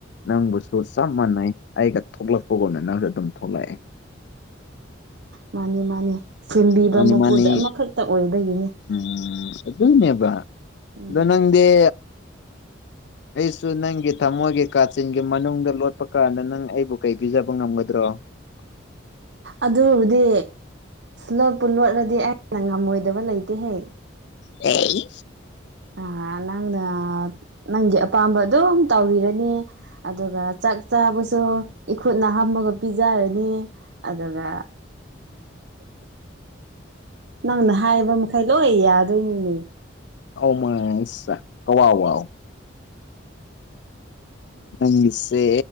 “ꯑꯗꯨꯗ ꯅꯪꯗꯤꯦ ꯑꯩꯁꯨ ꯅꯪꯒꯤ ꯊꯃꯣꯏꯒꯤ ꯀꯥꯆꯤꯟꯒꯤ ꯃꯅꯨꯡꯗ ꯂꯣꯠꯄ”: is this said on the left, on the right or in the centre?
Left